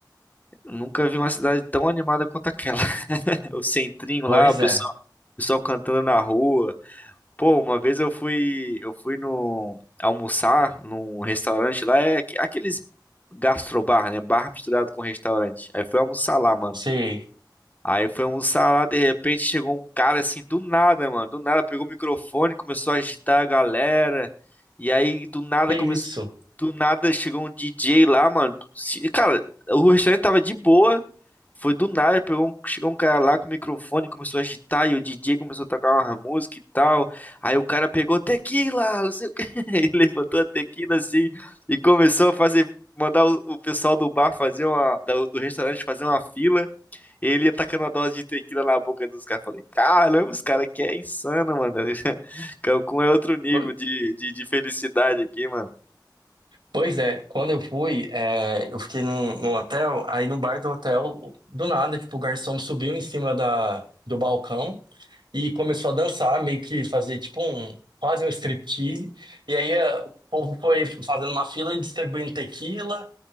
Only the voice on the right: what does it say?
Pois
é.
Sim.
Que
isso?
<laughs>
Pois é, quando eu fui, é, eu fiquei num, num hotel, aí no bar do hotel, do nada, tipo, o garçom subiu em cima da, do balcão e começou a dançar, meio que fazer tipo um, quase um striptease. E aí é, o povo foi fazendo uma fila e distribuindo tequila